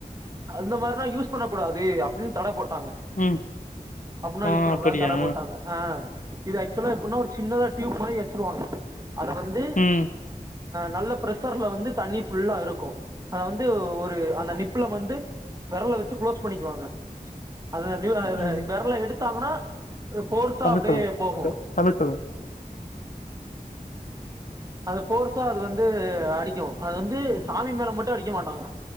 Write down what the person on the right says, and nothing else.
அந்த மாரிலா யூஸ் பண்ணக் கூடாது அப்டின்னு தட போட்டாங்க
அப்டியெல்லா
யூஸ் பண்ண
கூடாதுனு தட போட்டாங்க ஆ இது ஆக்சுவலா எப்டின்னா ஒரு சின்னதா டியூப் மாரி வச்சிருவாங்க அத வந்து
நல்ல பிர்ஷர்ல வந்து தண்ணி ஃபுல்லா இருக்கு அத வந்து ஒரு அந்த நிப்புல வந்து வெரல வெச்சு க்ளோஸ் பண்ணிக்குவாங்க அது வெ
வெரல எடுத்தாங்கனா போர்ஸா
அப்டே
போகு
அது போர்ஸா அது வந்து அடிக்கு அது வந்து சாமி மேல மட்டு அடிக்க மாட்டாங்க